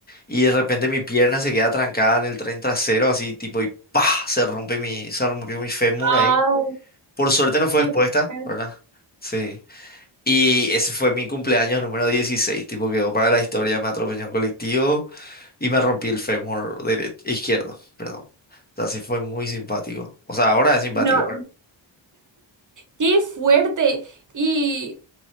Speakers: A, on the left; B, on the right.
A: Y de repente mi pierna se queda trancada en el tren trasero así tipo y ¡pah! se rompe mi, se rompió mi fémur
B: Ah,
A: ahí. Por suerte no fue
B: qué
A: expuesta,
B: fuerte.
A: ¿verdad? Sí. Y ese fue mi cumpleaños número dieciséis tipo quedó para la historia, me atropelló un colectivo y me rompí el fémur dere- izquierdo, perdón. O sea, sí fue muy simpático. O sea, ahora es simpático.
B: No,
A: ¿verdad?
B: qué fuerte. Y